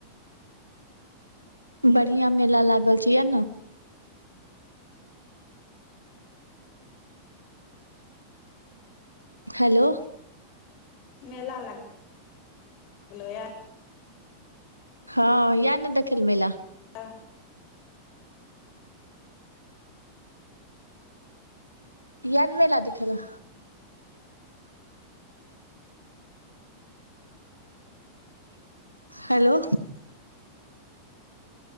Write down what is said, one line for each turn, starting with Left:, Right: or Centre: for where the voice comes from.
Right: बढ़िया मेला लागल छै, आ हेलो।
Left: मेला लाग य
Right: हँ ये तऽ देखले मेल
Left: हँ।
Right: एन मेल देख्ले हेलो।
Left: <inaudible>